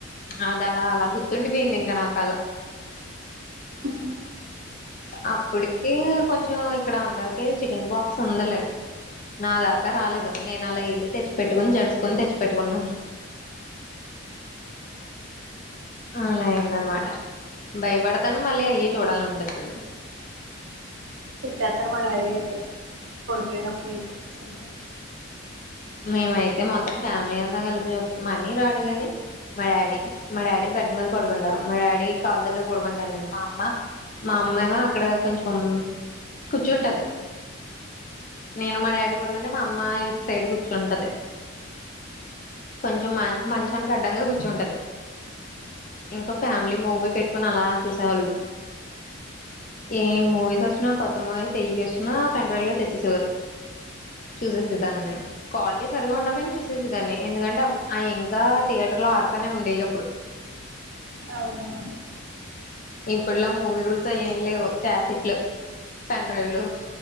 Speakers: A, on the left; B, on the right.
A: అదాలా అలా గుర్తుండిపోయింది ఇంకా నాకలా
B: ఉహు
A: అప్పటికి కొంచెం ఇక్కడ అందరికి చికెన్ పాక్స్ ఉందలే. నాదాకా రాలేదు నేను అలా ఎల్లి తెచ్చి పెట్టుకుని జడుసుకుని తెచ్చిపెట్టుకున్నాను. అలా అయింది అనమాట భయపడతాను మళ్ళీ అయ్యే చూడాలనిపిత్తాది
B: తిట్టేత్ర మా డాడీ అయితే పండుకునేటప్పుడు ఏంటి సినిమాలు అని
A: మేమయితే మొత్తం ఫ్యామిలీ అంతా కలిపి చూతం మా అన్నయ్య రాడు గాని మా డాడీ మా డాడీ బెడ్ మీద పడుకుంటారు మా డాడీ కాళ్లు దగ్గర పడుకుంటాను నేను మా అమ్మ మా అమ్మా ఏమో అక్కడ కొంచెం కూర్చుంటది నేను మా డాడీ పడకుంటే మా అమ్మ ఇటు సైడ్ కూర్చుంటది కొంచెం మ మంచానికి అడ్డంగా కూర్చుంటది ఇంకా ఫ్యామిలీ మూవీ పెట్టుకొని అలా చూసేవాళ్ళు ఏ మూవీస్ వచ్చినా కొత్త మూవీస్ వెయ్యి వచ్చినా పెన్ డ్రైవ్ లో తెచ్చేసేవారు చూసేసే దాన్ని నేను క్వాలిటీ సరిగా ఉండబోయిని చూసేసి దాన్ని ఎందుకంటే అప్ అయి ఇంకా థియేటర్ లో ఆడతానే ఉండేయి ఎప్పుడు
B: అవునవును
A: ఇప్పుడులా మూవీ రూల్స్ అయి ఎం లేవు క్యాసెట్లు పెన్ డ్రైవ్లు